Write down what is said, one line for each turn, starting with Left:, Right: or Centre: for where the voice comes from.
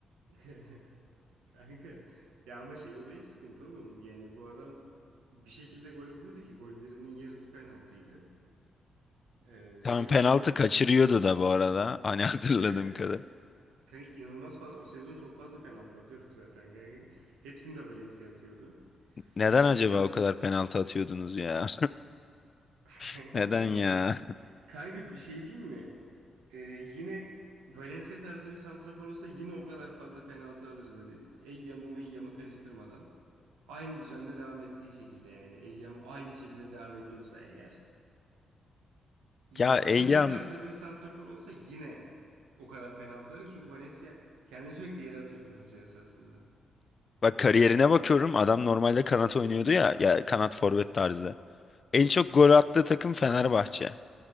Right: <laughs> Kanka. Ya ama şey olayı sıkıntı oğlum. Yani bu adam bir şekilde gol buluyordu ki gollerinin yarısı penaltıydı. Ee, şey
Left: Tam penaltı
Right: olayı vardı
Left: kaçırıyordu
Right: kanka.
Left: da bu arada. Hani <laughs> hatırladığım
Right: Evet.
Left: kadar.
Right: Kanka inanılmaz fazla o sezon çok fazla penaltı atıyorduk zaten kanka. Hepsini de Valencia atıyordu.
Left: Neden acaba
Right: O sezon
Left: o
Right: bir
Left: kadar
Right: de
Left: penaltı atıyordunuz ya?
Right: <laughs>
Left: <laughs> Neden
Right: oğlum
Left: ya?
Right: kanka bir şey diyeyim mi? Ee, yine Valencia tarzı bir santrafor olsa yine o kadar fazla penaltı alırız. Hadi Eyyam'ı Meyyam'ı karıştırmadan. Aynı düzende devam ettiği şekilde yani Eyyam aynı şekilde devam ediyorsa eğer. Ee,
Left: Ya
Right: Valencia
Left: Eyyam
Right: tarzı bir santrafor olsa yine o kadar penaltı alırız. Çünkü Valencia kendini sürekli yere atıyordu cihaz aslında.
Left: bak kariyerine bakıyorum. Adam normalde kanat oynuyordu ya. Ya kanat forvet
Right: Aha.
Left: tarzı. En çok gol attığı takım Fenerbahçe.